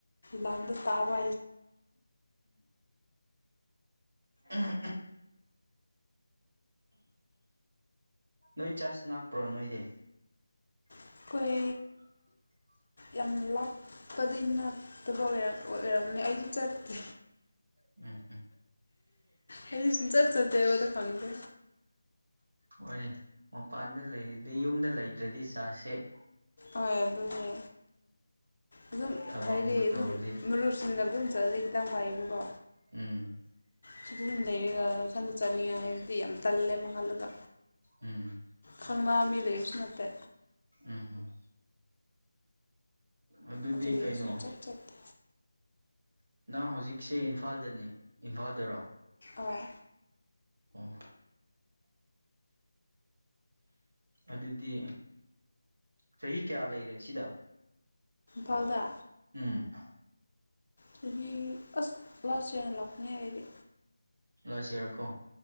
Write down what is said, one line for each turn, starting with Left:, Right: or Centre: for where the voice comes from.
Left: ꯂꯥꯟꯗ ꯇꯥꯕ
Right: ꯎꯝ ꯅꯣꯏ ꯆꯥꯖ ꯂꯥꯛꯄ꯭ꯔꯣ ꯅꯣꯏꯗꯤ <inaudible>
Left: ꯑꯩꯈꯣꯏ ꯌꯥꯝ ꯂꯥꯞꯄꯗꯤ ꯅꯠꯇꯕ ꯑꯣꯏꯔꯝꯅꯤ ꯑꯩꯗꯤ ꯆꯠꯇꯦ
Right: ꯎꯝ
Left: ꯐꯗꯤ ꯁ ꯆꯠ ꯆ ꯇꯦ ꯋꯥ ꯇ ꯈꯟꯗꯦ
Right: ꯍꯣꯏ ꯃꯄꯥꯟꯗ ꯂꯩꯗꯤꯩ ꯌꯨꯝꯗ ꯂꯩꯗ꯭ꯔꯗꯤ ꯆꯁꯦ
Left: ꯍꯣꯏ ꯑꯗꯨꯅꯦ ꯑꯗꯨꯝ
Right: ꯊꯕꯛꯀꯨꯝꯕ
Left: ꯍꯥꯏꯗꯤ
Right: ꯇꯧꯔꯗꯤ
Left: ꯑꯗꯨꯝ ꯃꯔꯨꯞꯁꯤꯡꯅ ꯑꯗꯨꯝ ꯆꯠꯗꯤ ꯈꯤꯇꯪ ꯐꯥꯏꯌꯦꯕꯀꯣ
Right: ꯎꯝ
Left: ꯁꯤꯗ ꯑꯗꯨꯝ ꯂꯩꯌꯦꯒ ꯏꯊꯟꯗ ꯆꯠꯅꯤꯡꯉꯦ ꯍꯥꯏꯗꯨꯗꯤ ꯌꯥꯝ ꯇꯜꯂꯦꯕ ꯈꯜꯂꯒ
Right: ꯎꯝ
Left: ꯈꯪꯅꯥ ꯃꯤ ꯂꯩꯕꯁꯨ ꯅꯠꯇ ꯇ
Right: ꯎꯝꯍꯝ ꯑꯗꯨꯗꯤ
Left: ꯑꯗꯨꯒꯤ
Right: ꯀꯩꯅꯣ
Left: ꯁꯨꯡꯆꯠ ꯆꯠꯇꯦ
Right: ꯅꯪ ꯍꯧꯖꯤꯛꯁꯦ ꯏꯝꯐꯥꯜꯗꯅꯦ ꯏꯝꯐꯥꯜꯗꯔꯣ
Left: ꯑꯣ
Right: ꯑꯣ ꯑꯗꯨꯗꯤ ꯆꯍꯤ ꯀꯌꯥ ꯂꯩꯔꯦ ꯁꯤꯗ
Left: ꯐꯥꯎꯗ
Right: ꯎꯝ
Left: ꯆꯍꯤ ꯑꯁ ꯂꯥꯁꯅ ꯂꯥꯛꯅꯤ ꯑꯩꯗꯤ
Right: ꯆꯁꯤ ꯌꯥꯔꯀꯣ